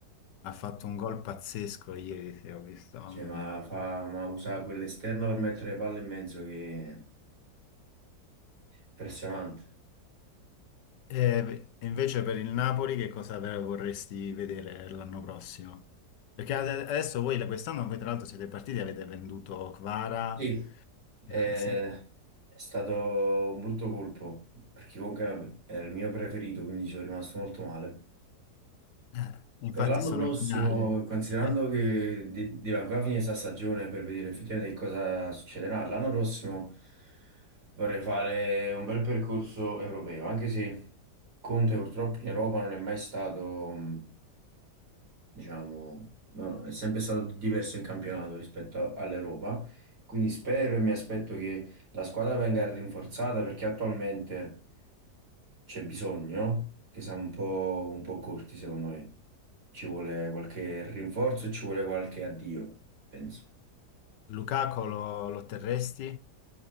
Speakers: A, on the left; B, on the right.
A: ha fatto un gol pazzesco ieri, sì, ho visto, mamma
B: Cioè, ma,
A: mia.
B: fa, ma usa quell'esterno per mettere le palle in mezzo che è impressionante.
A: E invece per il Napoli che cosa ve- vorresti vedere l'anno prossimo? Perché ade- adesso voi la- quest'anno voi tra l'altro siete partiti e avete venduto Kvara.
B: Sì, eh,
A: <laughs>
B: è stato un brutto colpo, perché comunque vabbè, era il mio preferito, quindi ci sono rimasto molto male.
A: Eh, Infatti
B: Per l'anno
A: sono
B: prossimo,
A: in finale.
B: considerando
A: <laughs>
B: che de- deve ancora finire questa stagione per vedere effettivamente che cosa succederà, l'anno prossimo vorrei fare un bel percorso europeo, anche se Conte purtroppo in Europa non è mai stato... mm, diciamo, no, è sempre stato diverso in campionato rispetto a- all'Europa, quindi spero e mi aspetto che la squadra venga rinforzata perché attualmente c'è bisogno, che siamo un po', un po' corti secondo me. Ci vuole qualche rinforzo e ci vuole qualche addio, penso.
A: Lukaku lo, lo terresti?